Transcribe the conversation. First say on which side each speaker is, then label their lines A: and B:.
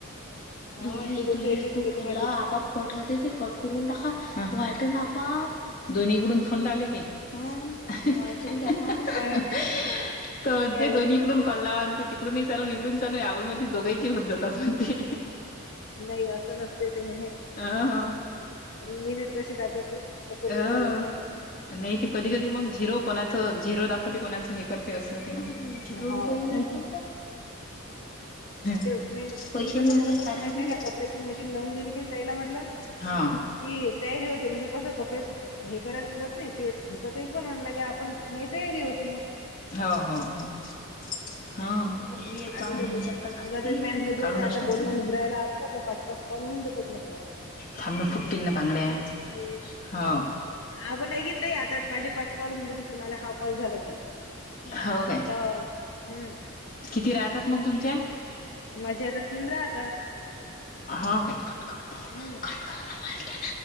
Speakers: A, on the left (about 65°); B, on the left (about 40°).
A: हा
B: धोनी
A: झिरोच्या
B: धोनी
A: याच्यात
B: एक खूप
A: गेले
B: खोलला
A: माझे
B: आपाआप कट होते ते कट करून टाका वाट ना पाप. दोन्हीकडून फोन लावले की. हा <unintelligible>
A: काय म्हणते
B: पण
A: काय
B: ते दोन्हीपण
A: म्हणते?
B: कलावान ते तिकडूनही चालून इकडून चालून यावमध्ये दोघईची होऊ जातात पण ते
A: नाही असं नसते ते म्हणे
B: हा हा.
A: म मिनिट कशी दाखवतील तसं
B: ह
A: मी झाल ते
B: नाही ते कधी कधी मग झिरो कोणाच झिरो दाखवते कोणाचं हे करते असं होते ना मग
A: हो
B: <unintelligible>
A: म
B: पैसे
A: मी कसं
B: नि भेटला
A: करत असतो
B: कार्य
A: माहितीय
B: दिले
A: आहे का कपड्याची मशीन लावून दिली कीन त्याईला म्हटलं
B: हा
A: की तयारी होते म्हणजे कसं कपडे हे करायला पुरत नाही ते धुतातही पण के आपण माझी तयारी होती मग
B: हो हो हो. हा हेच्या
A: आता कस
B: आता घालती
A: मग मी म्हटलं जाऊ
B: काढूनच
A: दे आता
B: टाकून
A: बोलणं होऊन
B: ते
A: राहिलं आपलं पाच पाच कॉल होऊन जातात म्हटलं
B: थांबणं फुट्टतीलन ना बांगड्या हो
A: आपण एकऐी द आता माझे पाच कॉल होऊन जातात तुम्हाला हाव कॉल झाला की
B: हो काय
A: तर हम्म
B: किती राहतात मग तुमच्या
A: माझे आता तीन राहतात
B: होा काय कट करण
A: हं.
B: खटण